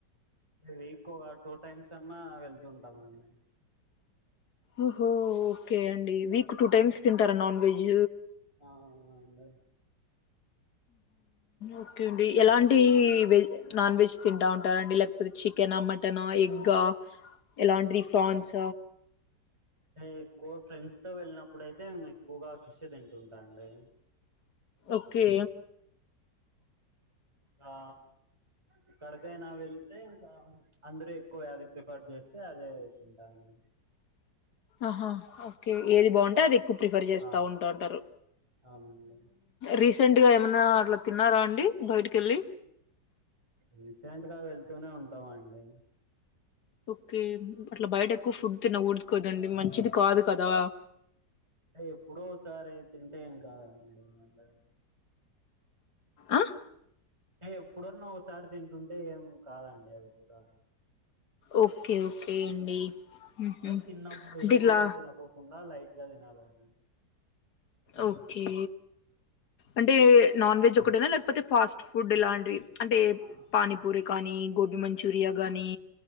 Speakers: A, on the right; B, on the left.
A: వీక్ ఒక టూ టైమ్స్ అన్నా వెళ్తుంటాం అండి
B: ఓహో ఓకే అండి వీక్ టూ టైమ్స్ తింటారా నాన్ వెజ్
A: ఆ అవునండి
B: ఓకే అండి ఎలాంటి వెజ్ నాన్ వెజ్ తింటా ఉంటారంండి లేకపోతే చికె కెనా మటన ఎగ్ ఆ ఎలాంటిది ఫ్రాన్స
A: అ ఎక్కువ ఫ్రెండ్స్ తో వెళ్ళినప్పుడు అయితేే ఎక్కువగా ఫిష్ షె తింటు ఉంటా అండి
B: ఓకే
A: ఇకా ఎక్కడికైనా వెల్తే ఇంకా అందరుూ ఎక్కువేది ప్రిఫర్ చేస్తే అదే తింటా అండి
B: అహా ఓకే ఏది బాగుంటే అది ఎక్కువ ప్రిఫర్ చేస్తా
A: ఆ
B: ఉంటాంటారు
A: అవునండి
B: రీసెంట్గా ఏమన్నా అట్ల తిన్నారా అండి బయటికి వెళ్ళి
A: రీసెంట్ గా వెళ్తూనే ఉంటాం అండి
B: ఓకే అట్ల బయటకు ఎక్కువ ఫుడ్ తినకూడదు కదండి మంచిది కాదు కదా
A: అంటే ఎప్పుడో ఒకసారి తింటే ఏం కాదండి మాట్డ
B: ఆ
A: అంటే ఎప్పుడన్న ఒకసారి తింటుంటే ఏం కాదండి అది కూడా
B: ఓకే ఓకే అండి ఉహు
A: అంటే తిన్నప్పుడు
B: అంటే
A: హెవీగ
B: ఇట్లా
A: తినకోకుండా లైట్ గా తినాలండి
B: ఓకే అంటే నాన్ వెజ్ ఒకటేన. లేకపోతే ఫాస్ట్ ఫుడ్ ఇలాంటివి అంటే
A: ఆ
B: పానీపూరి కానీ గోబీ మంచూరియా కాగానీ